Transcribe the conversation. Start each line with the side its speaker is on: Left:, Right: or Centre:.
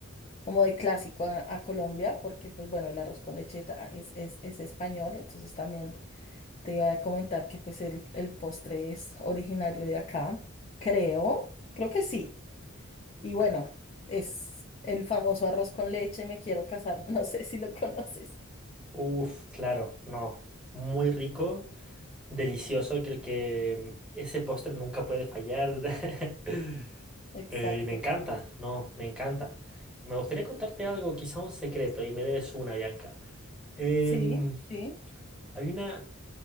Left: como de clásico a, a Colombia, porque pues bueno, el arroz con leche ta- es, es, es español, entonces también te iba a comentar que pues el, el postre es originario de acá, creo, creo que sí. Y bueno, es el famoso arroz con leche, me quiero casar, <laughs> no sé si lo conoces.
Centre: Uf, claro, no. Muy rico, delicioso. y Creo que ese postre nunca puede fallar. <laughs>
Left: Exacto.
Centre: Eh, y me encanta, no, me encanta. Me gustaría contarte algo, quizá un secreto, y me debes una, Bianca. Em,
Left: Sí, sí,
Centre: hay una,